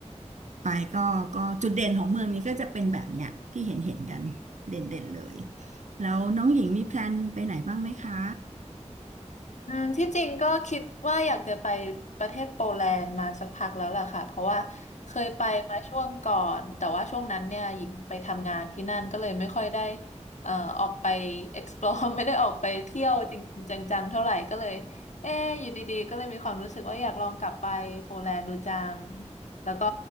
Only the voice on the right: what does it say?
ไปก็ก็จุดเด่นของเมืองนี้ก็จะเป็นแบบเนี้ยที่เห็นเห็นกันเด่นเด่นเลยแล้วน้องหญิงมีแพลนไปไหนบ้างไหมคะ